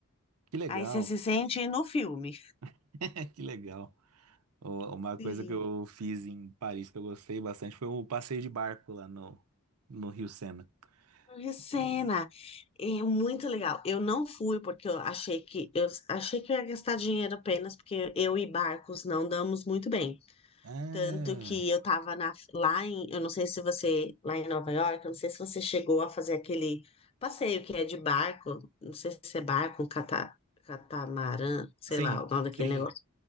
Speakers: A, on the right; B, on the left.
A: Que legal.
B: Aí você se sente no filme.
A: <laughs> Que legal. O- Uma coisa
B: Sim.
A: que eu fiz em Paris que eu gostei bastante foi o passeio de barco lá no, no Rio Sena.
B: Recena.
A: E-
B: É muito legal. Eu não fui porque eu achei que eu achei que eu ia gastar dinheiro apenas porque eu e barcos não damos muito bem.
A: Ah,
B: Tanto que eu tava na, lá em, eu não sei se você, lá em Nova York, eu não sei se você chegou a fazer aquele passeio que é de barco, não sei se é barco, cata, catamarã, sei
A: sim,
B: lá o nome
A: sim,
B: daquele negócio.